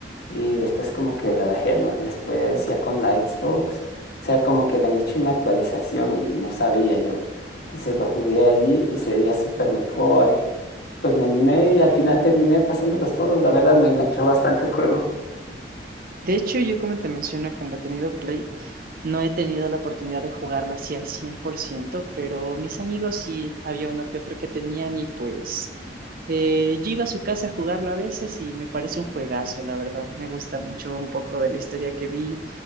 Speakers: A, on the left; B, on the right.
A: y después como que la dejé, ¿no? Y después ya con la Xbox, o sea, como que le han hecho una actualización y no sabía yo. Entonces lo jugué ahí y se veía súper mejor y pues me animé y al final terminé pasándolos todos, la verdad me enganchó bastante el juego.
B: De hecho, yo como te menciono, como he tenido Play, no he tenido la oportunidad de jugarla así al cien por ciento pero mis amigos sí había uno que otro que tenían y pues eh, yo iba a su casa a jugarlo a veces y me parece un juegazo, la verdad. Me gusta mucho un poco de la historia que vi.